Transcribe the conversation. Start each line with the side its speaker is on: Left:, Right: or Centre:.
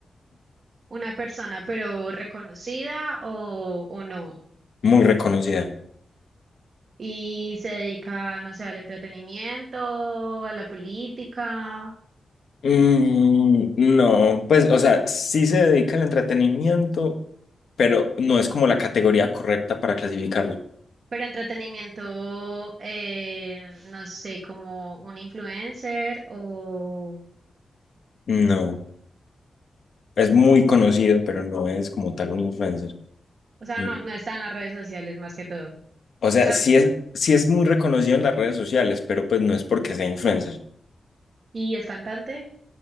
Right: una persona, pero reconocida o, o no.
Left: muy reconocida.
Right: Y se dedica, no sé, al entretenimiento, a la política,
Left: Mm, no, pues, o sea, sí se dedica al entretenimiento, pero no es como la categoría correcta para clasificarlo.
Right: pero entretenimiento, eh, no sé, como un influencer o,
Left: No, es muy conocido, pero no es como tal un influencer.
Right: o sea,
Left: Mm.
Right: no, no está en las redes sociales más que todo. O
Left: O sea,
Right: sea,
Left: sí es, sí es muy reconocido en las redes sociales, pero pues no es porque sea influencer.
Right: y es cantante,